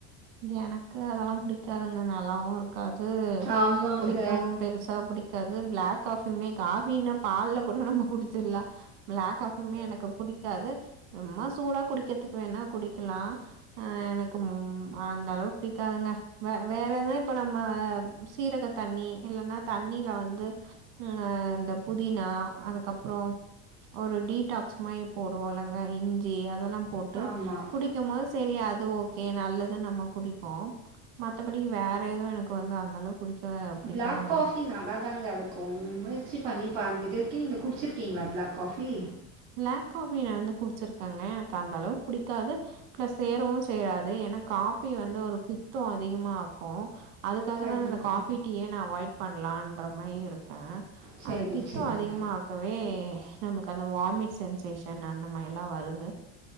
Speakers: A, on the right; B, on the right.
A: எனக்கு அதெல்லா பிடிக்காதுங்க நல்லாவு இருக் காது
B: ஆமாங்க
A: பிடிக்கவு பெருசா பிடிக் காது பிளாக் காஃபியுமே காஃபின்னா பால்ல கூட நம்ம குடிச்சிற்லா பிளாக் காஃபியுமே எனக்கு பிடிக்காது சும்மா சூடா குடிக்கிறதுக்கு வேணா குடிக்கலா அ எனக்கு அந்த அளவுக்கு பிடிக்காதுங்க வே வேற எது இப்ப நம்ம சீரக தண்ணி இல்லன்னா தண்ணில வந்து அ அந்த புதினா அதுக்கப்றோ ஒரு டீடாக்ஸ் மாரி போடுவோலங்க இஞ்சி அதெல்லா போட்டு
B: ஆமாம்
A: குடிக்கும்போது சரி அது ஓகே நல்லது நம்ம குடிப்போ மத்தபடி வேற ஏதவு எனக்கு வந்து அந்த அளவுக்கு குடிக்க பிடிக்காதுங்க
B: ப்ளாக் காஃபி நல்லாாதாங்க இருக்கு முயற்சி பண்ணி பாருங்க இதுவரைக்கு நீங்க குடிச்சிருக்கீஙளா ப்ளாக் காஃபி
A: ப்ளாக் காபி நா வந்து குடிச்சிருக்கேங்க எனக்கு அந்த அளவு புடிக்காது ம்ளஸ் சேரவும் சேராது ஏன்னா காப்பி வந்து ஒரு பித்தோ அதிகமா ஆக்கு அதுக்காக
B: கண்டிப்பாக
A: தா இந்த காஃபி டீயே நா அவாய்ட் பண்ணலான்ற மாரி இருக்கே
B: சரி
A: அது பித்தோ
B: சரிங்க
A: அதிகமா ஆக்கவே நமக்கு அத வாமிட் சென்சேஷன் அந்த மாரி எலா வருது